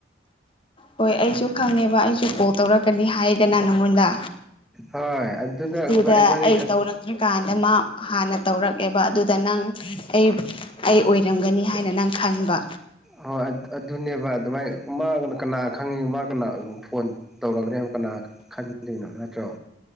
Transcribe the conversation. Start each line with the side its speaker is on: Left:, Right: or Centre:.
Left: ꯍꯣꯏ ꯑꯩꯁꯨ ꯈꯪꯉꯦꯕ ꯑꯩꯁꯨ ꯀꯣꯜ ꯇꯧꯔꯛꯀꯅꯤ ꯍꯥꯏꯗꯅ ꯅꯪꯉꯣꯟꯗ
Centre: ꯍꯣꯏ
Left: ꯑꯗꯨꯗ
Centre: ꯏꯕꯥꯅꯤ
Left: ꯑꯩ ꯇꯧꯔꯛꯇ꯭ꯔꯀꯥꯟꯗ ꯃꯥ ꯍꯥꯟꯅ ꯇꯧꯔꯛꯑꯦꯕ ꯑꯗꯨꯗ ꯅꯪ ꯑꯩ ꯑꯩ ꯑꯣꯏꯔꯝꯒꯅꯤ ꯍꯥꯏꯅ ꯅꯪ ꯈꯟꯕ
Centre: ꯍꯣꯏ ꯑꯗꯨꯅꯦꯕ ꯑꯗꯨꯃꯥꯏꯅ ꯃꯥꯒꯅ ꯀꯅꯥ ꯈꯪꯉꯤ ꯃꯥꯒꯅ ꯐꯣꯟ ꯇꯧꯔꯛꯒꯅꯦꯕ ꯀꯅꯥ ꯈꯟꯗꯣꯏꯅꯣ ꯅꯠꯇ꯭ꯔꯣ